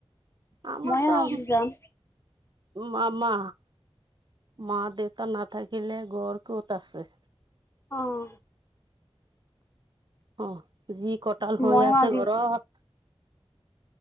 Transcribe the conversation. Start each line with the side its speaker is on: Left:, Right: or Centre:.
Right: আমাৰতো
Left: ময়ো আজি যাম
Right: মামা মা দেউতা ন থাকিলে ঘৰ ক'ত আছে
Left: আহ
Right: অ যি কটাল হৈ
Left: ময়ো
Right: আছে
Left: আজি
Right: ঘৰত